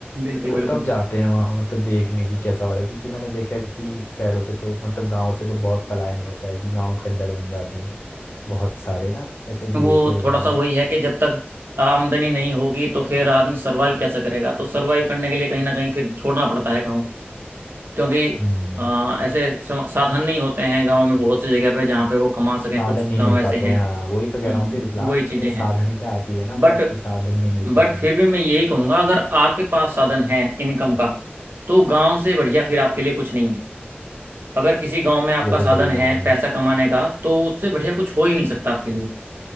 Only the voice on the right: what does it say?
बिल्कुल
बिल्कुल
वो
थोड़ा
सा वही है कि जब तक आमदनी नहीं होगी तो फिर आदमी सरवाइव कैसे करेगा तो सरवाइव करने के लिए कहीं ना कहीं फिर छोड़ना पड़ता है गाँव क्योंकि
अ, ऐसे सा- साधन नहीं होते हैं गांव में बहुत सी जगह पे जहाँ पे वो कमा सकें
कुछ
गांव
ऐसे
हैं
हम्म
वही चीजें
हैं
बट
बट
फिर
भी मैं यही कहूंगा अगर आपके पास साधन है इनकम का तो गांव से बढ़िया फिर आपके लिए कुछ नहीं है अगर किसी गांव में आपका
साधन
है
पैसा कमाने का तो उससे बढ़िया कुछ हो ही नहीं सकता आपके लिए